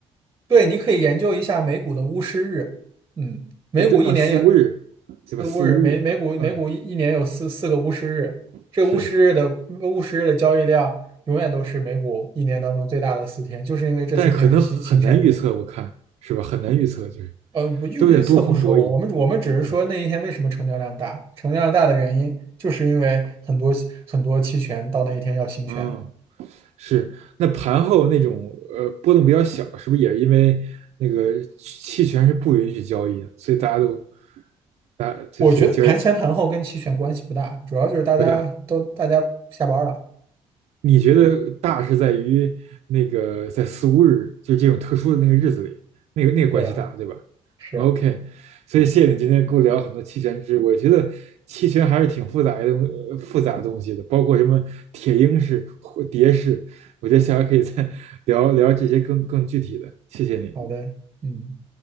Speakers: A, on the right (about 25°); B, on the right (about 65°).
A: 对，你可以研究一下美股的巫师日，嗯，美股一年有
B: 呃，这啊四五日，
A: 四巫日，
B: 对吧？四五日，
A: 美美股美股一一年有四四个巫师日，
B: 嗯、呃、
A: 这巫师日的巫师日的交易量永远都是美股一年当中最大的四天，
B: 是，
A: 就是因为这四天是行行权日。
B: 但是可能很难预测，我看是吧？很难预测，就是
A: 呃，不预不预测不说，
B: 都是在多空博弈。
A: 我们我们只是说那一天为什么成交量大，
B: 嗯，
A: 成交量大的原因就是因为很多很多期权到那一天要行权。
B: 哦是，那盘后那种呃波动比较小，是不是也是因为那个期权是不允许交易的，所以大家都大就所以交易
A: 我觉得盘前盘后跟期权关系不大，主要就是大家都大家下班了。
B: 不大？你觉得大是在于那个在四五日，就这种特殊的那个日子里，那个那个关系大，
A: 对啊，
B: 对吧
A: 是啊，
B: ？OK，所以谢谢你今天跟我聊很多期权知识，我觉得期权还是挺复杂的东呃复杂的东西的，包括什么铁鹰式、或蝶式，我觉得下回可以再 <laughs> 聊聊这些更更具体的。谢谢你。
A: 好的，嗯。